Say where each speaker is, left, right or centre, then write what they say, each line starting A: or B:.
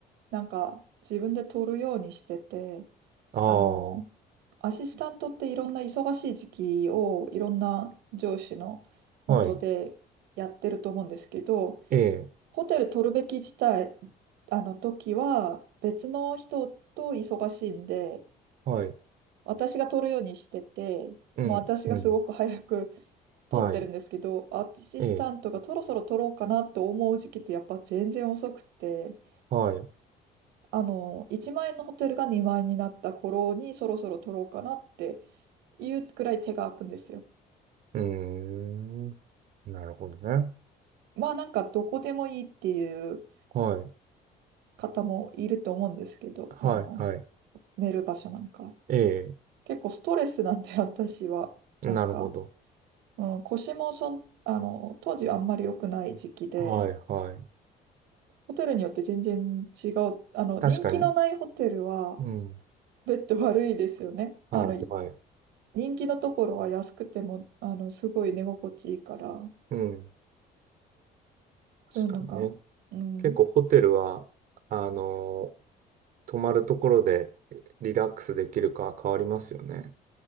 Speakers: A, on the right; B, on the right.
A: なんか自分で取るようにしてて、
B: ああ、
A: あの、アシスタントっていろんな忙しい時期をいろんな上司の下でやってると思うんですけど、
B: はい。ええ、
A: ホテル取るべき自体、あの時は別の人と忙しいんで、
B: はい。
A: 私が取るようにしてて、
B: うん、
A: もう私がすごく早く
B: うん。
A: 取ってるんですけど、
B: はい。
A: アシスタントがそろそろ取ろうかなと思う時期ってやっぱ全然遅くて、
B: ええ、はい。う
A: あの、1万円のホテルが2万円になった頃にそろそろ取ろうかなっていうくらい手が空くんですよ。
B: ーん。なるほどね。
A: まあなんかどこでもいいっていう
B: はい。
A: 方もいると思うんですけど、
B: はい、
A: あの、
B: はい。
A: 寝る場所なんか。
B: え
A: 結構ストレスなんで私は、
B: え、
A: なんか、
B: なるほど。
A: うん、腰もそん、あの、当時はあんまり良くない時期で、
B: はいはい。
A: ホテルによって全然違う。あの、
B: 確かに。
A: 人気のないホテルは、
B: うん。
A: ベッド悪いですよね。
B: はいはい。
A: あの、人気のところは安くても、あの、すごい寝心地いいから、
B: うん。
A: そういうのが、
B: 確かにね。
A: うん、
B: 結構ホテルは、あのー泊まるところでリラックスできるか変わりますよね。